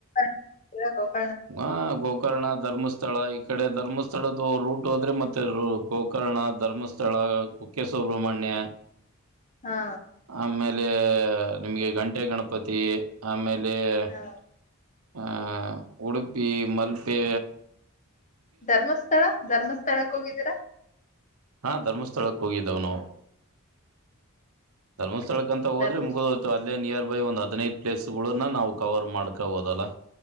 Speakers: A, on the left (about 35°); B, on the right (about 80°).
A: <unintelligible>
B: <unintelligible> ಗೋಕರ್ಣ ಧರ್ಮಸ್ಥಳ ಈ ಕಡೆ ಧರ್ಮಸ್ಥಳದ ರೂಟ್ ಹೋದ್ರೆ ಮತ್ತೆ ಗೋಕರ್ಣ ಧರ್ಮಸ್ಥಳ ಕುಕ್ಕೆ ಸುಬ್ರಹ್ಮಣ್ಯ.
A: ಹಾ
B: ಆಮೇಲೆ ನಿಮ್ಗೆ ಗಂಟೆ ಗಣಪ. ಪತಿ ಆಮೇಲೆ. ಅಲ್ಲಿ.
A: ಹಾ
B: ಆ ಉಡುಪಿ ಮಲ್ಪೇ.
A: ಧರ್ಮಸ್ಥಳ ಧರ್ಮಸ್ಥಳಕ್ ಹೋಗಿದ್ದೀರಾ.
B: ಹಾ ಧರ್ಮಸ್ಥಳಕ್ಕೆ ಹೋಗಿದ್ದಾವ ನಾವು. ಧರ್ಮಸ್. ಸ್ಥಳಕ್ ಅಂತ ಹದ್ರೆ
A: ಧರ್ಮ
B: ಮುಗುದೋಯ್ತು ಅಲ್ಲೇ ನಿಯರ್. ಒಂದ್ ಹದಿನೈದು ಪ್ಲೇಸ್ ನ್ನ ನಾವು ಕವರ್ ಮಾಡ್ಕ ಹೋದಲ್ಲ.